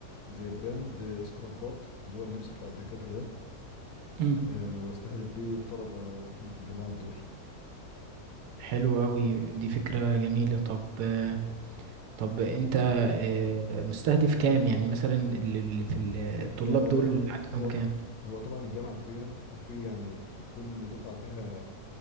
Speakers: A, on the left (about 75°); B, on the right (about 85°).
A: زي براند آه، سكرابات اللي هو اللبس بتاع الدكاترة ده
B: مم.
A: آه، واستهدف بيه الطلبة اللي في الجامعات دول
B: حلو أوي دي فكرة جميلة طب آه، طب أنت آه، مستهدف كام يعني مثلا اللي اللي في ال- الطلاب
A: يعني والله
B: دول عددهم
A: هو
B: كام؟
A: هو طبعا الجامعة كبيرة وفي يعني كل دفعة فيها